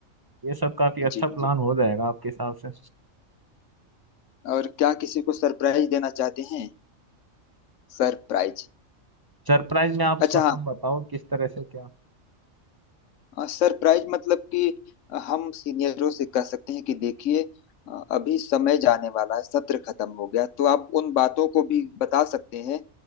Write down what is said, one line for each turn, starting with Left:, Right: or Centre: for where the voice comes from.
Right: ये सब काफी अच्छा
Left: जी
Right: प्लान
Left: हाँ जी
Right: हो जाएगा आपके हिसाब से
Left: और क्या किसी को सरप्राइज देना चाहते हैं सरप्राइज
Right: सरप्राइज में आप
Left: अच्छा
Right: मतलब बताओ किस तरह से क्या
Left: हाँ, सरप्राइज मतलब कि हम सीनियरों से कह सकते हैं कि देखिए अ, अभी समय जाने वाला है सत्र खत्म हो गया तो आप उन बातों को भी बता सकते हैं